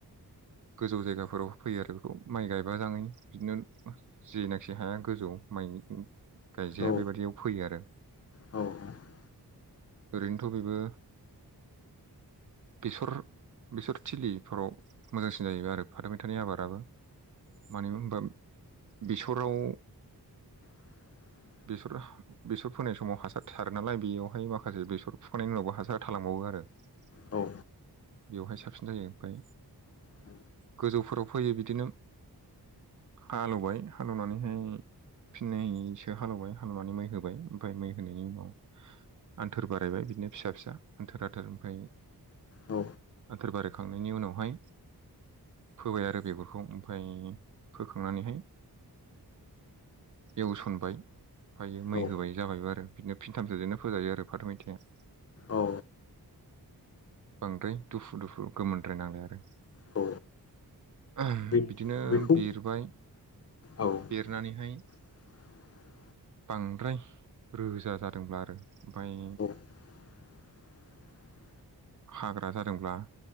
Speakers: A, on the right; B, on the left.
A: गोजौ जायगाफोराव फोयो आरो बेखौ माइ गायबाजाङै बिदिनो जेनाखि हाया गोजौ माइनि उ। गायजाया
B: औ
A: बेबादियाव फोयो आरो।
B: औ
A: ओरैनोथ' बेबो बेसर बेसर थिलिफोराव मोजांसिन जाहैबाय आरो फाथो मैथानि आबादाबो। मानो होनबा बेसराव
B: <inaudible>
A: बेसर बेसर फोनाय समाव हासार थारो नालाय बेयावहाय माखासे बेसर फुखांनायनि उनावबो हासार थालांबावो आ रो ।
B: औ।
A: बेवहाय साबसिन जायो ओमफ्राय
B: औ
A: गोजौफोराव फैयो बिदिनो हालेवबाय हालौवनानैहाय फिननैसो हालेवबाय हालौवनानै मै होबाय ओमफ्राय मै होनायनि उनाव ह आन्थोर बारायबाय बिदिनो फिसा-फिसा आन्थोर-आन्थोर ओमफ्राय
B: औ
A: आथोर बारायखांनायनि उनावहाय फोबाय आरो बेगरखौ ओमफ्राय फोखांनानैहाय एवसनबाय ओमफाय
B: औ
A: मै होबाय जाबायबो आरो बिदिनो फिनथामसोजोंनो फोजायो आरो फाथो, मैथाइआ ।
B: औ।
A: बांद्राय दुफु दुफु गोमोनद्राय नांलाय आरो ।
B: औ
A: ओह
B: बे
A: बिदिनो
B: बेखौ
A: बेरबाय
B: औ
A: बेरनानैहाय
B: <inaudible>
A: बांद्राय रोजा जादोंब्ला आरो ओमफ्राय
B: औ <inaudible>
A: हाग्रा जादोंब्ला